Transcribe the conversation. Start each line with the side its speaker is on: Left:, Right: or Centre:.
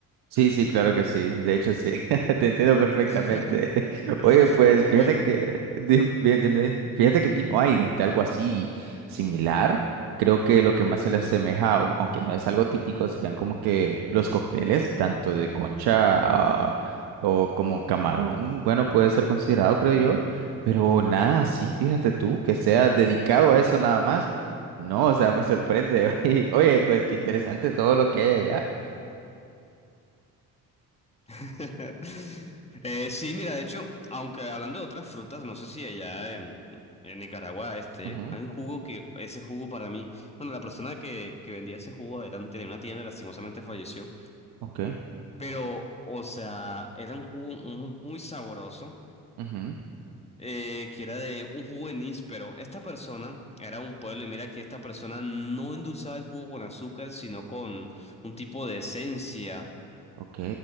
Right: Sí, sí, claro que sí. De hecho, sí. <laughs> Te entiendo perfectamente.
Left: <laughs>
Right: <laughs> Oye, pues
Left: Bueno,
Right: fíjate que, di- bien, dime, fíjate que aquí no hay este, algo así similar. Creo que lo que más se le asemeja, au- aunque no es algo típico, serían como que los cócteles, tanto de concha, ah, o como camarón. Bueno, puede ser considerado, creo yo. Pero nada, sí, fíjate tú, que sea dedicado a eso nada más. No, o sea, me sorprende. <laughs> Y, Oye, pues qué interesante todo lo que hay allá.
Left: <laughs> Eh, sí, mira, de hecho, aunque hablando de otras frutas, no sé si allá en, en Nicaragua este,
Right: Ujú,
Left: hay un jugo que, ese jugo para mí, bueno, la persona que, que vendía ese jugo era, un- tenía una tienda, lastimosamente falleció,
Right: Ok.
Left: pero, o sea, era un jugo mu- muy sabroso.
Right: Ujú,
Left: eh, que era de un jugo de anís, pero esta persona era un pueblo y mira que esta persona no endulzaba el jugo con azúcar, sino con un tipo de esencia
Right: Ok.